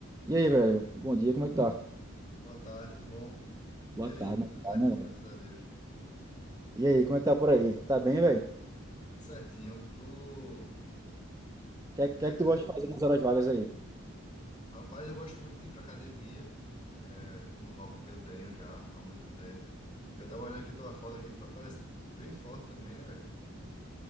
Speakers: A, on the right; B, on the left.
A: E aí, velho? Bom dia, como é que tá?
B: Boa tarde, tudo bom?
A: Boa
B: E aí?
A: tarde,
B: Tudo
A: na verdade,
B: certinho,
A: né, velho?
B: graças a Deus.
A: E aí, como é que tá por aí? Tá bem, velho? O
B: Tudo certinho. Tô...
A: que, é
B: é,
A: que é que tu gosta de fazer nas horas vagas aí?
B: Rapaz, eu gosto muito de ir pra academia. É um hobby que eu tenho já há muito tempo. Eu tava olhando aqui tua foto aqui, tu parece bem forte também, né, velho?